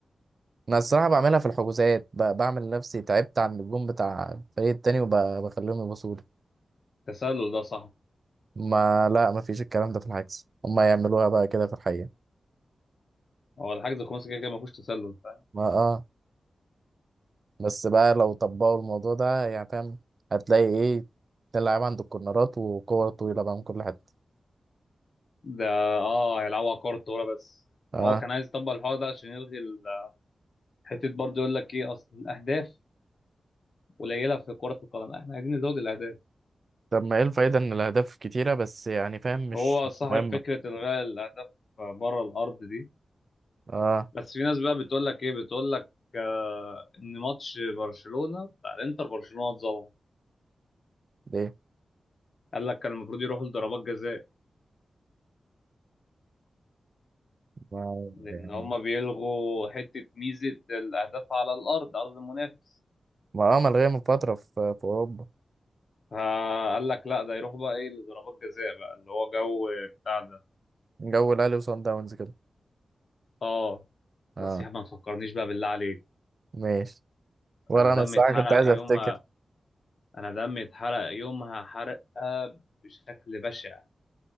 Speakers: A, on the right; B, on the left.
A: أنا الصراحة بعملها في الحجوزات ب- بعمل نفسي تعبت عند الجون بتاع الفريق التاني وبخليهم يبصوا لي
B: التسلل ده صح
A: ما لا ما فيش الكلام ده في العكس هما يعملوها بقى كده في الحقيقة
B: هو الحجز الخماسي كده كده ما فيهوش تسلل فاهم
A: ما آه بس بقى لو طبقوا الموضوع ده يعني فاهم هتلاقي ايه تلعب عند الكورنرات وكور طويلة بقى من كل حتة
B: ده اه هيلعبوا على كره الطاوله بس
A: اه
B: ما هو كان عايز يطبق الحوار ده عشان يلغي ال- حته برضه يقول لك ايه اصل الاهداف قليله في كره القدم لا، احنا عايزين نزود الاهداف
A: طب ما ايه الفايدة ان الاهداف كتيرة بس يعني فاهم مش
B: هو
A: مش
B: صاحب
A: مهمة
B: فكره الغاء الاهداف بره الارض دي
A: اه
B: بس في ناس بقى بتقول لك ايه بتقول لك آه ان ماتش برشلونه بتاع الانتر برشلونه اتظلم
A: ليه
B: قال لك كان المفروض يروحوا لضربات جزاء
A: ما
B: لأن
A: يعني
B: هما بيلغوا حتة ميزة الأهداف على الأرض أرض المنافس
A: ما اه ملغية من فترة في, في اوروبا
B: فقال لك لا ده يروح بقى إيه لضربات جزاء بقى اللي هو جو بتاع ده
A: جو الاهلي وصن داونز كده
B: آه
A: اه
B: بس يا عم ما تفكرنيش بقى بالله عليك
A: ماشي ولا
B: أنا دمي
A: انا الصراحة
B: اتحرق
A: كنت عايز
B: يومها
A: افتكر
B: أنا دمي اتحرق يومها حرقة بشكل بشع